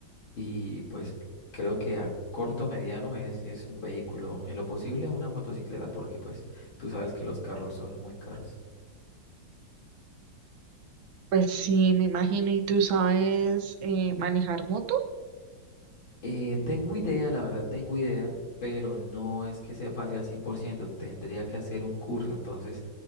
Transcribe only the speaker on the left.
Y pues creo que a corto mediano es, es un vehículo, en lo posible una motocicleta, porque pues tú sabes que los carros son muy caros.
Eh, tengo idea, la verdad tengo idea, pero no es que sepa así al 100%. tendría que hacer un curso, entonces